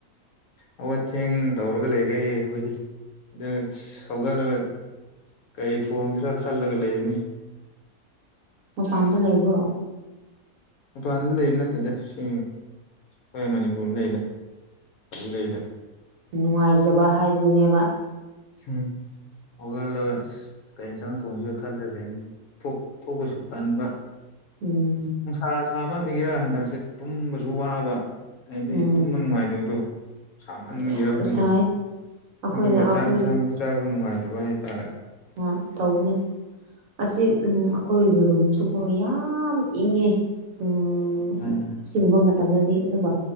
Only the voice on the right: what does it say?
ꯃꯄꯥꯟꯗ ꯂꯩꯕ꯭ꯔꯣ
ꯅꯨꯡꯉꯥꯏꯖꯕ ꯍꯥꯏꯝꯗꯨꯅꯦꯕ
ꯎꯝ
ꯎꯝ
ꯌꯥꯝ
ꯁꯥꯏ ꯑꯩꯈꯣꯏꯅ
ꯑꯩꯈꯣꯏ
ꯑꯣ ꯇꯧꯕꯅꯦ ꯑꯁꯤ ꯎꯝ ꯑꯩꯈꯣꯏꯒꯤ ꯔꯨꯝꯁꯨꯀꯣ ꯌꯥꯝ ꯏꯪꯉꯦ ꯎ ꯎꯝ
ꯑꯁꯤꯒꯨꯝꯕ ꯃꯇꯝꯗꯗꯤ ꯑꯗꯨꯒ